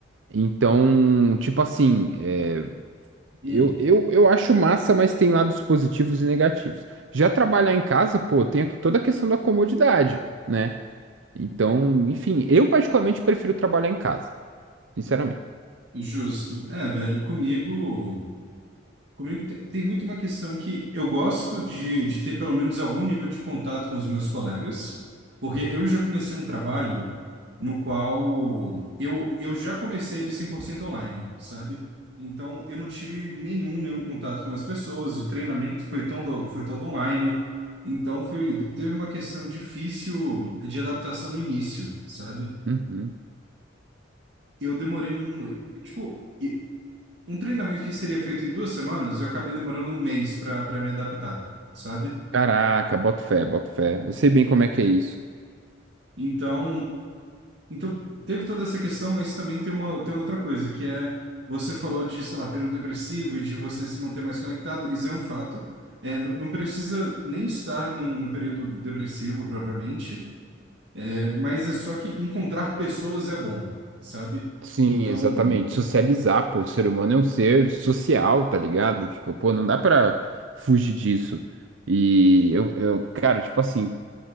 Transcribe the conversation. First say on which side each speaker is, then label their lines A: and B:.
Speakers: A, on the right; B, on the right.
A: Então, tipo assim. é,
B: Hum.
A: eu, eu, eu acho massa, mas tem lados positivos e negativos. Já trabalhar em casa, pô, tem a- toda a questão da comodidade, né? Então, enfim, eu particularmente prefiro trabalhar em casa, sinceramente.
B: Justo. É, velho, comigo. Comigo te- tem muito uma questão que eu gosto de, de ter pelo menos algum nível de contato com os meus colegas, porque eu já comecei um trabalho no qual eu, eu já comecei ele 100% online, sabe? Então eu não tive nenhum, nenhum contato com as pessoas, o treinamento foi todo, foi todo online, então foi, teve uma questão difícil de adaptação no início, sabe?
A: Uhum.
B: Eu demorei um, tipo, um treinamento que seria feito em duas semanas, eu acabei demorando um mês para para me adaptar, sabe?
A: Caraca, boto fé, boto fé. Eu sei bem como é que é isso.
B: Então, então teve toda essa questão, mas também tem uma tem outra coisa que é você falou de, sei lá, período depressivo e de você se manter mais conectado, isso é um fato. É, n- não precisa nem estar num, num período depressivo propriamente, é, mas é só que encontrar pessoas é bom, sabe?
A: Sim,
B: Então,
A: exatamente. Socializar, pô, o ser humano é um ser social, tá ligado? Tipo, pô, não dá pra fugir disso. E eu, eu, cara, tipo assim.